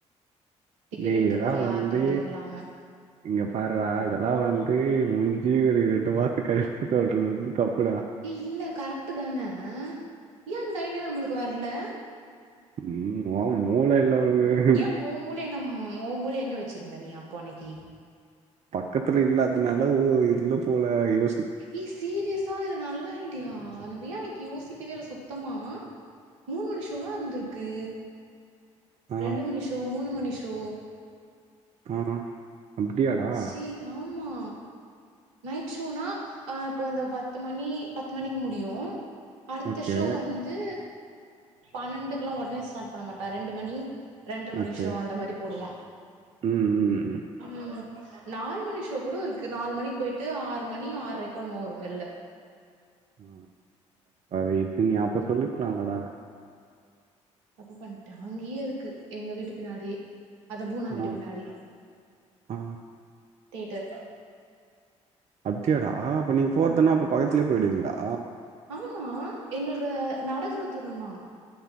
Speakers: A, on the right; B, on the right.
A: டிக்கெட்
B: டேய்
A: எடுத்தோமா
B: இதெல்லாம்
A: யார்
B: வந்து
A: தொல்லயூ இல்லாம
B: இங்க பார்றா இதெல்லா வந்து முஞ்சி ஒரு ரெண்டு மாச கழிச்சு சொல்றது வந்து தப்புடா
A: ஏ இல்ல கரெக்ட்டு தான்ன ய இந்த ஐடியா நம்மளுக்கு வர்ல
B: உம் ஆ மூள இல்ல ஒனக்கு
A: ஏன் ஓ மூளை என்ன மு ஓ மூளைய எங்க வச்சிருந்த நீ அப்போ அன்னைக்கி
B: பக்கத்துல இல்லாதுனால ஓ இல்ல போல யோ
A: எ சீரியஸா இது நல்லா இ த்தியா நம்பளா இன்னைக்கு யோசிக்கவே இல்ல சுத்தமா மூணு மணிஷோலா இருந்திருக்கு
B: ஆ,
A: ரெண்டு மணி ஷோ மூணு மணிஷோ
B: ஆ அப்டியாடா
A: சி ஆமா நைட் ஷோனா அ இப்போ அந்த பத்து மணி பத்து மணிக்கு முடியு அடுத்த
B: ஓகே.
A: ஷோ வந் து பன்னெண்டுக்கெல்லா ஒடனே ஸ்டார்ட் பண்ண மாட்டா ரெண்டு மணி ரெண்ர
B: ஓகே.
A: மணி ஷோ அந்த மாரி போடுவா
B: ம், ம்,
A: ம் நாலு மணி ஷோ கூட இருக்கு நாலு மணிக்கு போயிட்டு ஆறு மணி ஆறரைக்கோ என்னமோ வரு வெள்ல
B: அ அ இது நீ அப்ப சொல்லிக்கலா மேடா
A: தப்பு பண்ட்ட அங்கேயே இருக்கு எங்க வீட்டு பின்னாடி புவனா
B: ஆ,
A: வீட்டு பின்னாடி
B: ஆ.
A: தியேட்டர்
B: அப்டியாடா அப்ப நீங்க போறதுன்னா அப்ப பக்கத்துலேயே போய்டுவிங்களா
A: ஆமா எங்களுக்கு நடக்கற தூர தா